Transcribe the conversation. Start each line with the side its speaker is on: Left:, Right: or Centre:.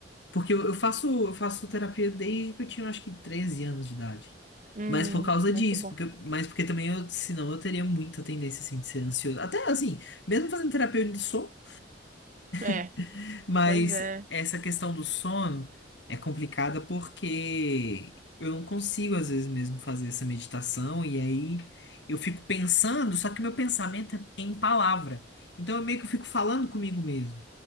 Left: Porque eu, eu faço, eu faço terapia desde que eu tinha, acho que, 13 anos de idade.
Right: Hum,
Left: Mas por causa
Right: muito
Left: disso,
Right: bom.
Left: porque, mas porque também eu, senão eu teria muita tendência, assim, de ser ansioso. Até, assim, mesmo fazendo terapia eu ainda sou,
Right: É,
Left: <laughs> mas
Right: pois é,
Left: essa questão do sono é complicada porque eu não consigo, às vezes, mesmo fazer essa meditação e aí eu fico pensando, só que meu pensamento é em palavra. Então eu meio que fico falando comigo mesmo